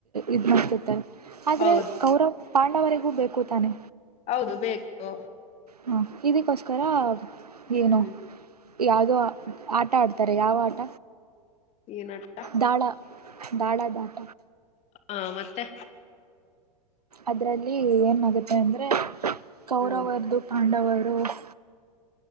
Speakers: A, on the right; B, on the left.
A: ಇದ್ ಮಾಡ್ತತ್ತ ಆದ್ರೆ
B: ಹೌದು
A: ಕೌರವ್ ಪಾ ಎಲ್ಲವರೆಗೂ ಬೇಕು ತಾನೆ
B: ಹೌದು ಬೇಕು
A: ಹಾ ಇದಕ್ಕೋಸ್ಕರ ಏನು
B: ಹ್ಮ್
A: ಯಾವುದೋ ಆಟ ಆಡ್ತಾರೆ ಯಾವ ಆಟ
B: ಈ ನಾಟಕ
A: ದಾಳ್ ದಾಡ ದಾಟ
B: ಹಾ ಮತ್ತೆ
A: ಅದ್ರಲ್ಲಿ ಏನ್ಗುತ್ತೆ ಅಂದ್ರೆ ಕೌರವರ್ದು
B: ಹ್ಮ್
A: ಪಾಂಡವರ್ ದ